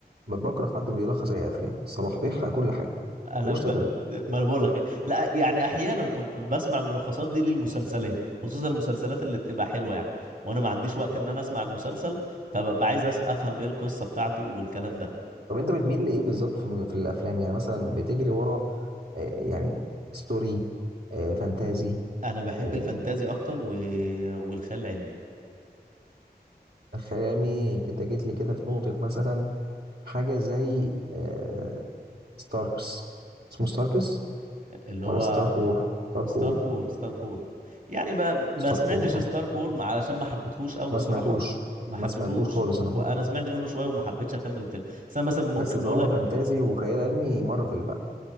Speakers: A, on the right; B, on the right.
A: ب- بكره حد بيلخص اي افلام صلاح بيحرق كل حاجه
B: انا
A: ملوش
B: ب...
A: تلاتة
B: ما انا بقول لك إيه. لا يعني احيانا كنت بسمع الملخصات دي للمسلسلات خصوصا المسلسلات اللي بتبقى حلوه يعني وانا ما عنديش وقت ان انا اسمع المسلسل فببقى عايز أس- افهم ايه القصه بتاعته والكلام ده
A: طب انت بتميل لايه بالظبط في, الم- في الافلام يعني مثلا بتجري ورا آه يعني ستوري آه فانتازي
B: انا بحب
A: آه
B: الفانتازي اكتر و... والخيال العلمي
A: خيال علمي كده جيت لي كده في نقطه مثلا حاجة زي آه ستاركس اسمه ستاركس
B: اللي
A: ولا
B: هو
A: ستارك وور ستارك
B: ستار
A: وور
B: كور ستار كور يعني ما ما
A: ستارك
B: سمعتش
A: وور
B: ستار
A: آه.
B: كور ما- علشان ما حبيتهوش قوي
A: ما
B: بصراحة
A: سمعتوش
B: ما حبيتهوش
A: ما سمعتوش خالص
B: و-
A: انا
B: وانا
A: بقى
B: سمعت منه شوية وما حبيتش اكمل الفيلم بس انا مثلا ممكن
A: بس طالما
B: نقول لك
A: فانتازي وخيال علمي مارفل بقى